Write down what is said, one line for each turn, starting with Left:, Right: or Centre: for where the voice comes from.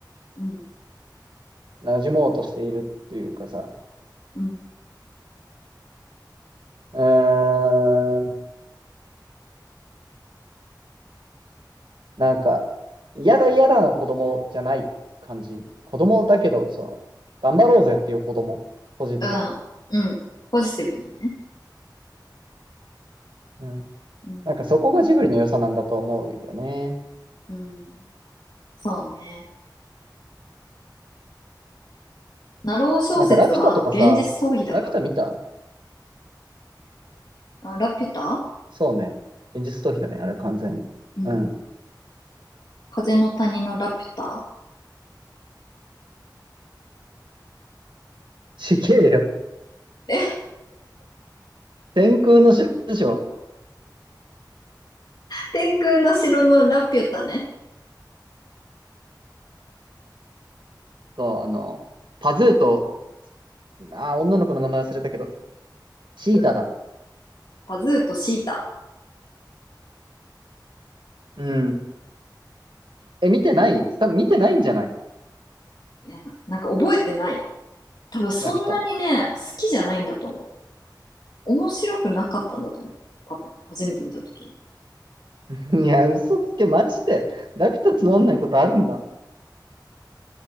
Left: うん、
Right: 馴染もうとしているっていうかさ、
Left: うん。
Right: うーん、なんか、嫌だ嫌だの子供じゃない感じ。子供だけど、その、頑張ろうぜっていう子供。ポジティブな。
Left: うん、うん。ポジティブなね。
Right: うん。
Left: うん、
Right: なんかそこがジブリの良さなんだと思うよね。
Left: うん。そうね。ナロー小説は、
Right: なんかラピュタとかさ、
Left: あの、現実逃避だから
Right: ラピュタ見た
Left: な。あ、ラピュタ
Right: そうね。現実逃避だね、あれは完全に。
Left: うん。
Right: うん。
Left: 風の谷のラピュタ
Right: ちげえよ。
Left: え、
Right: 天空の城でしょ。
Left: 天空の城のラピュタね。
Right: あの、パズーと、あー、女の子の名前忘れたけど、シータだ。
Left: うパズーとシータ。
Right: うん。え、見てない多分見てないんじゃない
Left: いや、なんか覚えてない。多分そんなにね、
Right: ラピュタ。
Left: 好きじゃないんだと思う。面白くなかったんだと思う。多分、初めて見たときに。
Right: <laughs> いや、嘘つけ、マジで。ラピュタつまんないことあるんだ。